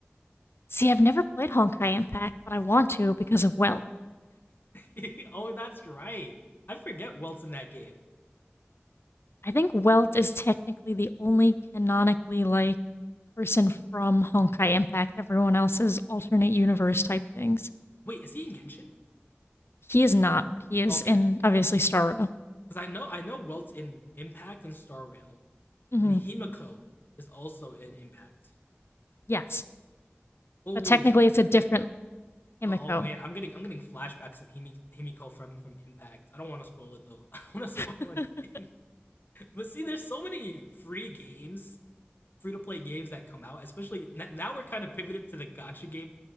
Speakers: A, on the left; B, on the left.
A: See, I've never played Honkai Impact, but I want to because of Welt.
B: <laughs> oh, that's right. I forget Welt's in that game.
A: I think Welt is technically the only canonically like person from Honkai Impact. Everyone else is alternate universe type things.
B: Wait, is he in Genshin?
A: He is not, but he is
B: Okay,
A: in obviously Starro.
B: because I know I know Welt's in Impact and Star Rail,
A: hmm
B: and Himiko is also in Impact.
A: Yes,
B: Oh,
A: but technically
B: do,
A: it's a different Himiko.
B: Oh man, I'm getting I'm getting flashbacks of Himi, Himiko from from Impact. I don't want to spoil it though. <laughs> I don't want to spoil
A: <laughs>
B: anything. <laughs> But see, there's so many free games, free to play games that come out. Especially now, we're kind of pivoted to the gotcha game